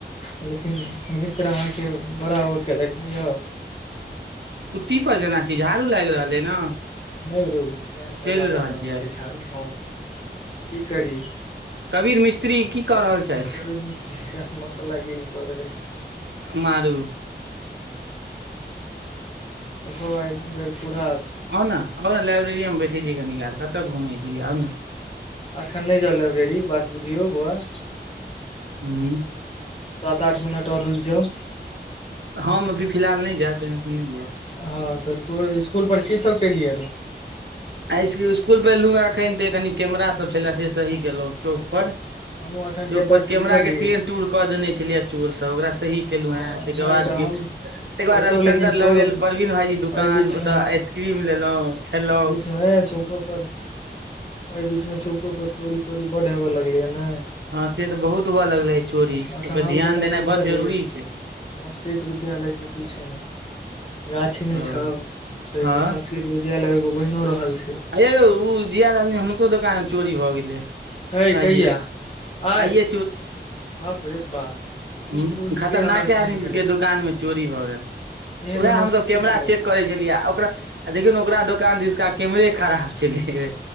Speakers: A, on the left; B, on the right.
A: लेकिन मित्र अहाँके बड़ा ओ केलत ने यौ
B: कुट्टी पर जेना छै झाड़ू लागि रहलै ने
A: नहि रौ पैरसँ
B: चलि
A: लगा रहल
B: छियै
A: छी छाड़ू हँ की करी
B: कबीर मिस्त्री
A: कबीर
B: की कऽ रहल छथि
A: मिस मसला गेल कदेलक
B: मारू
A: ओहो आइ बेरपुरा
B: आउ न आउ ने लइब्रेरी मे बैठे छी कनिकाल कतऽ घुमै छी आउ ने
A: आखन नहि जाउ लाइब्रेरी बात बुझियौ बौआ
B: हूँ
A: सात आठ मिनट और रुक जाउ
B: हम अभी फिलहालह नहि जा टेंशन नहि लिय
A: हँ तऽ तो स्कूल पर की सब केलियै रे
B: आ इ स्कुल पलहु एखन ते कनि कैमरा सब छले से सही केलहुं चौक
A: अच्छा
B: पर
A: अच्छा हमहुँ एखन
B: चौक
A: कतऽ
B: पर
A: छियै
B: कैमरा
A: बुझलही
B: के ट्रेन टूर क देने छलियए चोर सब ओकरा सही केलहु
A: हँ
B: हे ताकर
A: नहि
B: बाद
A: तऽ
B: तेकर
A: हम
B: बाद
A: ओतौ
B: रविशंकर
A: लेकिन चोर
B: लऽ गेल
A: एहि
B: परवीन भाईजी दुकान
A: बीच मे
B: ओतऽआइस क्रीम लेलहुँ खेलहौ
A: ह चौको पर एहि बीच में चौको पर चोरी तोरी बड हेवे लगलै हा ने
B: हँ से तऽ बहुत हुअ लगले
A: ह
B: चोरी
A: एखन
B: ओ परध्यान
A: हम कतऽ
B: देनाइ
A: छियै बुझलिही
B: बड्ड जरूरी छ
A: संस्कृत विद्यालय के पीछेमें गाछी नहि
B: ओ
A: छौ ताहिमे
B: हँ
A: संस्कृत वि विद्यालय एगो बनि रहल छै
B: अइ यौ जियाआ रहल हुनको दोकान चोरी भऽ गेलै
A: हैइ कहिय
B: आइये
A: आइ
B: आइये
A: बाप रे बा
B: ह
A: ई कोन
B: खतरनाक
A: के अनर्थ
B: आदमी
A: एहन केलथि
B: के दुकान में चोरी भऽ गेल
A: एहन
B: उएह
A: अनर्थ
B: हमस
A: के
B: ब कैमरा
A: केलथि
B: चेक करै छलियै आ ओकरा आ देखिन ओकरा दोकान त इसका कैमरे खराब छलै